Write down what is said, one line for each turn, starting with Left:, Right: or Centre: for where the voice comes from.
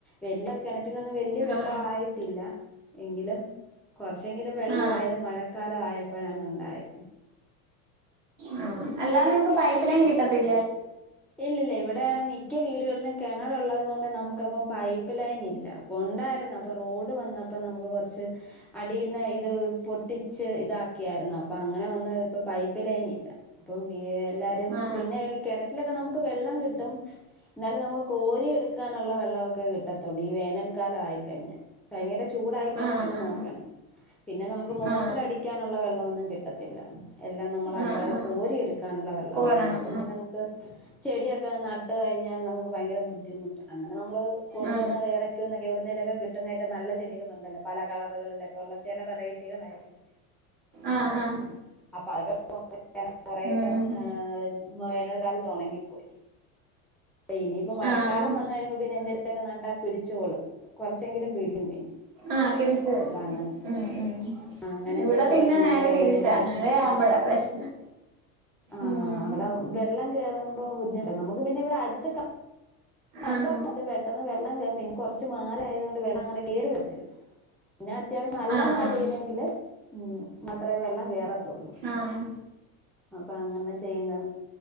Centre: വലിയ കിണറ്റിലൊന്നും വലിയ വെള്ളം
Right: ആ
Centre: ആയിട്ടില്ല <unintelligible> കുറച്ചെങ്കിലും വെള്ളമായത്
Right: ആ ആ
Centre: മഴക്കാല ആയപ്പോഴാണ് ഉണ്ടായേ
Right: ആ അല്ലാ നിക്ക് പൈപ്പ് ഇത്രേം കിട്ടത്തിൽ
Centre: ഇല്ല ഇല്ല ഇവിടെ മിക്ക വീട് ഇവിടെല്ലാം കിണറുള്ളതുകൊണ്ട് നമുക്ക് അപ്പം പൈപ്പ് ലൈൻ ഇല്ല ഉണ്ടാരുന്നു അപ്പം റോഡ് വന്നപ്പോ നമുക്ക് കുറച്ച് അടിന്ന് ഇത് പൊട്ടിച്ച് ഇതാക്കിയാരുന്നു അപ്പോ അങ്ങനെ വന്ന് ഇപ്പോ പൈപ്പ്ലൈൻ ഇല്ല അപ്പോ എല്ലാരും
Right: ആ
Centre: പിന്നെഇ കിണിറ്റിലൊക്കെ നമക്ക് വെള്ളം കിട്ടും എന്നാലും നമുക്ക് കോരിയെടുക്കാനുള്ള വെള്ളമൊക്കെ കിട്ടത്തുള്ളൂ ഈ വേനൽക്കാല ആയിക്കഴിഞ്ഞ ഭയങ്കര ചൂടായി കഴിഞ്ഞ
Right: ആ ആ
Centre: പിന്നെ നോക്കണ്ട. പിന്നെ നമുക്ക് മോട്ടർ
Right: ആ ആ
Centre: അടിക്കാനുള്ള വെള്ളം ള്ളം കിട്ടത്തില്ല വെല്ലം നമ്മൾ അല്ലാതെ
Right: ആ ആ
Centre: കോരിയടു ക്കാനുള്ള വെള്ളവും
Right: കോരണം
Centre: അപ്പം പിന്നെ ചെടിയൊക്കെ നട്ട് കഴിഞ്ഞാൽ നമുക്ക് ഭയങ്കര ബുദ്ധിമുട്ട് അങ്ങനെ നമ്മള് കൊണ്ട്
Right: ആ
Centre: വന്ന ഇടക്കൊന്നു എവിടുന്നേലൊക്കെ കിട്ടുന്നതൊക്കെ നല്ല ചെടികളുണ്ടല്ലോ പല കളറുകളിലൊക്കെ ഉള്ള ചില വെറൈറ്റികളായിട്ടുള്ള
Right: ആഹ് ആഹ്
Centre: അപ്പൊ അതൊക്കെ <unintelligible> കുറെക്കെ
Right: ഉം
Centre: ഹേ വേനൽ കാലത്ത് ഒണങ്ങിപ്പോയി ഇനിയിപ്പോ മഴക്കാലം
Right: ആഹ്
Centre: വന്ന് കഴിയുമ്പോ പിന്നെ എന്തേലൊക്കെ നട്ടാ പിടിച്ചോളും കുറച്ചെങ്കിലും പിടിക്കും പിന്നെ
Right: ആഹ് തിരിച്ച്
Centre: അപ്പൊ അങ്ങനെ
Right: ഉം ഉം
Centre: അങ്ങനെ
Right: ഇവിടെ
Centre: എന്തേലുമൊക്കെ
Right: പിന്നെ
Centre: നോക്കി
Right: നേരെ
Centre: അങ്ങനെന്തേലുമൊക്കെ
Right: തിരിച്ചാ മഴയാമ്പഴാ പ്രശ്നം
Centre: ആഹ്
Right: ഉം
Centre: അവിടെ വെള്ളം കേറുമ്പോ ബുദ്ധിമു നമുക്ക് പിന്നെ ഇവിടെ അടുത്ത് <unintelligible>
Right: ആഹ്
Centre: പെട്ടെന്ന് വെള്ളം പിന്നെ കുറച്ച് മാലായത് കൊണ്ട് വെള്ളം അങ്ങനെ കേറി വരത്തില്ല ന്നാ അത്യാവശ്യം നല്ല
Right: ആഹ്
Centre: മഴ പെയ്തെങ്കില് ഉം മാത്രേ വെള്ളം കേറത്തുള്ളൂ
Right: ആഹ്
Centre: അപ്പൊ അങ്ങനെ ചെയ്യന്നു